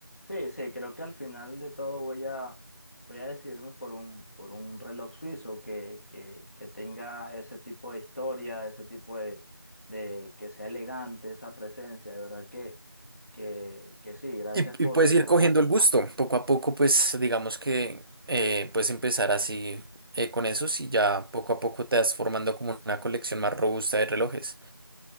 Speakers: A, on the left; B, on the right.
A: Sí, sí, creo que al final de todo voy a, voy a decidirme por un, por un reloj suizo que, que, que tenga ese tipo de historia, ese tipo de, de que sea elegante esa presencia. De verdad que, que, que sí, gracias
B: Y,
A: por,
B: y puedes ir
A: por...
B: cogiendo el gusto, poco a poco, pues digamos que eh, puedes empezar así eh, con esos y ya poco a poco te vas formando como una colección más robusta de relojes.